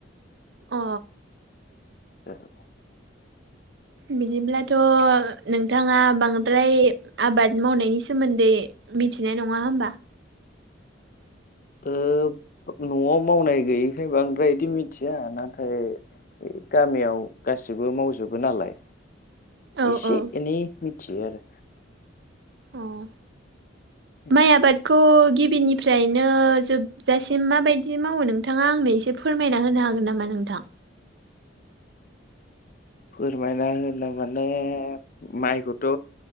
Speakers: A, on the right; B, on the left.
A: अ
B: <unintelligible>
A: बिदिब्लाथ' नोंथाङा बांद्राय आबाद मावनायनि सोमोन्दै मिथिनाय नङा होमबा
B: ओ नआव मावनाय गैयैखाय बांद्राय इदि मिथिया नाथाय गामियाव गासिबो मावजोबो नालाय
A: औ
B: एसे
A: औ
B: एनै मिथियो आरो
A: अह
B: <inaudible>
A: माइ आबादखौ गिबिनिफ्रायनो जोबजासिम माबायदि मावो नोंथाङा आंनो एसे फोरमायना होनो हागोन नामा नोंथां?
B: फोरमायना होनो माने माइखौथ'